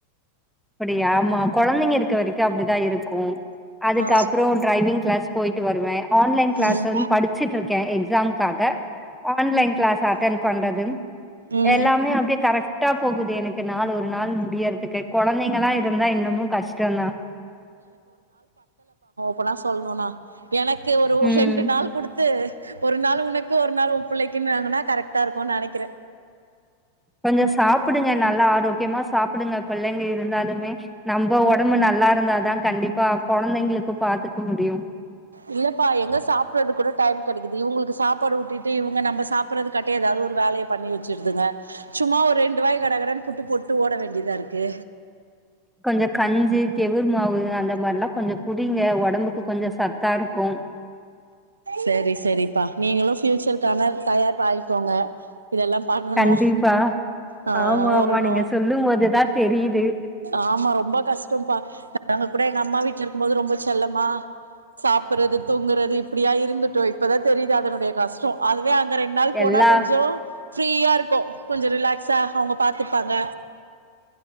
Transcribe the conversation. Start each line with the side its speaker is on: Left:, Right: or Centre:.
Centre: அப்படியா ஆமா கொழந்தைங்க இருக்க வரைக்கோ அப்டிதா இருக்கோ அதுக்க
Right: ஆ
Centre: அப்புறோ ட்ரைவிங் கிளாஸ் போய் வருவே ஆன்லைன் கிளாஸு
Right: ம்
Centre: வந் படிச்சுட்டு இருக்க எக்ஸாம்காக ஆன் லைன் கிளாஸ் அட்டன் பண்றது
Right: ம்
Centre: எல்லாமே அப்டியே கரக்ட் கரக்டா போகுது எனக்கு நாலு ஒரு நாள் முடியறதுக்கு கொழந்தைங்களா இருந்தா இன்னமு கஷ்டோந்தா
Right: ப்பனா சொல்ணும்னா எனக்கு ஒரு
Centre: ம்
Right: ரெண்டு நாள் குடுத்து ஒரு நாள் உனக்கு ஒரு நாள் உ பிள்ளைக்குன்னாங்கனா கரெக்ட்டா இருக்கோ நெனைக்குற
Centre: கொஞ்சோ சாப்புடுங்க நல்லா ஆரோக்கியமா சாப் ப்படுங்க பிள்ளைங்க இருந்தாலுமே நம்ம ஒடம்பு நல்லா இருந்தாதா கண்டிப்பா கொழந்தைங்களுக்கு பாத்துக்க முடியு
Right: இல்லப்பா எங்க சாப்பிறது கூட டைம் கிடைக்குது இவுங்குளுக்கு சாப்பாடு ஊட்டிட்டு இவுங்க நம்ம சாப்பிறதுக்காட்டியோ ஏதாவது ஒரு வேலைய பண்ணி வெச்சிருதுங்க சும்மா ஒரு ரெண்டு வாய் கட கடனு புட்டு போட்டு ஓட வேண்டியதா இருக்கு
Centre: கொஞ்சோ கஞ்சு கெவுரு மாவு அந்த மார்லா கொஞ்சோ குடிங்க ஒடம்புக்கு கொஞ்சோ சத்தா இருக்கோ
Right: சரி சரிப்பா நீங்களோ ஃபியூச்சருக்கான தயார்ஆயிக்கோங்க இதெல்லா பண்ணணோ
Centre: கண்டிப்பா
Right: ஆ
Centre: ஆமா
Right: ஓரணோ
Centre: ஆமா நீங்க சொல்லும் போதுதா தெரியுது
Right: ஆமா ரொம்ப கஷ்டோ பா நாங்க கூட நம்ம வீட்ல இருக்கும்போது ரொம்ப செல்லமா சாப்றது தூங்குறது இப் அப்படியா இருந்துட்டோ இப்பதா தெரியுது அதனுடைய கஷ்டோ அது வே அங்க ரெண் நாள் போனா
Centre: எல்லா
Right: கொஞ்சோ ஃப்ரீயா இருக்கோ கொஞ்சோ ரிலாக்ஸா அவுங்க பாத்துப்பாங்க